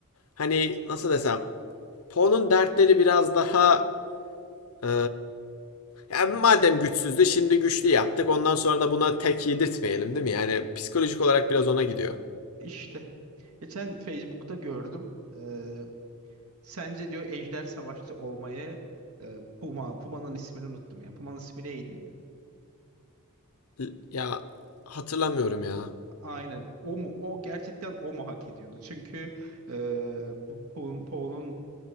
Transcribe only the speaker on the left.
hani nasıl desem Poe'nun dertleri biraz daha e, yani madem güçsüzdü şimdi güçlü yaptık. Ondan sonra da buna tek yedirtmeyelim değil mi? Yani psikolojik olarak biraz ona gidiyor.
L- Ya hatırlamıyorum ya.